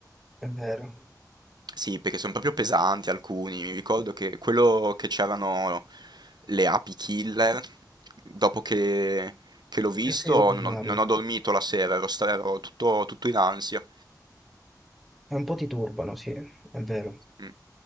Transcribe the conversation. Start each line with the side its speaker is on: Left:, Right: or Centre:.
Centre: è vero.
Right: Sì, perché son proprio pesanti alcuni. Mi ricordo che quello che c'erano le api killer, dopo che, che l'ho visto
Centre: Non se ne devo parlare.
Right: non ho, non ho dormito la sera, ero, stra- ero tutto, tutto in ansia.
Centre: E un po' ti turbano, sì, è vero.
Right: Mm.